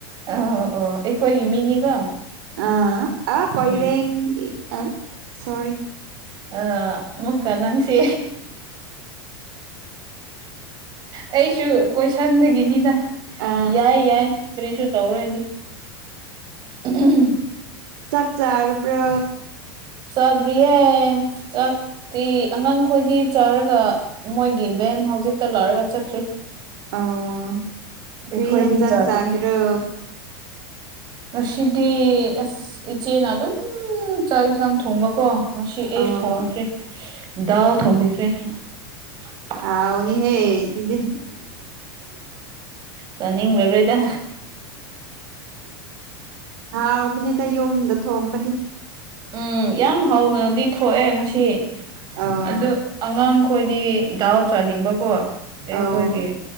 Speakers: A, on the right; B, on the right.
A: ꯑꯣ ꯑꯣ ꯑꯩꯈꯣꯏꯒꯤ ꯃꯤꯅꯤꯀꯣ
B: ꯑꯥ ꯑꯥ ꯀꯣꯏꯔꯦꯡꯒꯤ
A: ꯎꯝ
B: ꯑꯥ ꯁꯣꯔꯤ
A: ꯑꯥ ꯃꯨꯀꯥ ꯅꯪꯁꯦ <inaudible> ꯑꯩꯁꯨ ꯀꯣꯏꯁꯟꯗꯒꯤꯅꯤꯅ
B: ꯑ
A: ꯌꯥꯏ ꯌꯥꯏ ꯀꯔꯤꯁꯨ ꯇꯧꯔꯣꯏꯗꯤ <unintelligible>
B: ꯆꯥꯛ ꯆꯥꯔꯕ꯭ꯔꯣ
A: ꯆꯗ꯭ꯔꯤꯌꯦ ꯆꯛꯇꯤ ꯑꯉꯥꯡꯈꯣꯏꯗꯤ ꯆꯥꯔꯒ ꯃꯣꯏꯒꯤ ꯚꯦꯟ ꯍꯧꯖꯤꯛꯇ ꯂꯥꯛꯔꯒ ꯆꯠꯈ꯭ꯔꯤ
B: ꯑꯣ
A: ꯑꯩꯈꯣꯏꯗꯤ
B: ꯀ꯭ꯔꯤ ꯍꯦꯟꯖꯥꯡ
A: ꯆꯥꯗ꯭ꯔꯤ
B: ꯆꯥꯒꯦꯔꯣ
A: ꯉꯁꯤꯗꯤ ꯑꯁ ꯏꯆꯦꯅ ꯑꯗꯨꯝ ꯎꯝ ꯆꯥꯛ ꯏꯟꯁꯥꯡ ꯊꯣꯡꯕꯀꯣ ꯉꯁꯤ ꯑꯩ
B: ꯑꯣ
A: ꯊꯣꯡꯈ꯭ꯔꯦ ꯗꯥꯎ ꯊꯣꯡꯕꯤꯈ꯭ꯔꯦ <inaudible>
B: ꯍꯥꯎꯅꯤꯍꯦ ꯑꯗꯨꯗꯤ
A: ꯆꯥꯅꯤꯡꯂꯔꯣꯏꯗ
B: ꯍꯥꯎꯕꯅꯦꯗ ꯌꯨꯝꯗ ꯊꯣꯡꯕꯗꯤ
A: ꯎꯝ ꯌꯥꯝ ꯍꯥꯎꯅꯗꯤ ꯊꯣꯛꯑꯦ ꯉꯁꯤ
B: ꯑꯣ
A: ꯑꯗꯨ ꯑꯉꯥꯡꯈꯣꯏꯗꯤ ꯗꯥꯎ ꯆꯥꯅꯤꯡꯕꯀꯣ ꯑꯩꯈꯣꯏꯒꯤ
B: ꯑꯣ